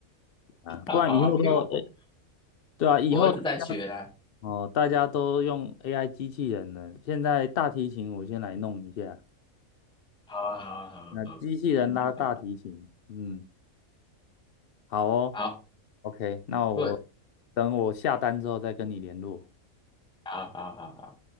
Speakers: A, on the left; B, in the centre.
A: 啊，
B: 好好，
A: 不然以后都，
B: 因为我
A: 对啊，以后。
B: 我儿子在学啦，
A: 哦，大家都用 AI 机器人了。现在大提琴我先来弄一下，
B: 好啊，好啊，好啊，
A: 那机器人拉大提琴，
B: 好啊，嗯，好，
A: 嗯，好哦
B: 好
A: ，OK，那我
B: ，good，
A: 等我下单之后再跟你联络。
B: 好好好好好。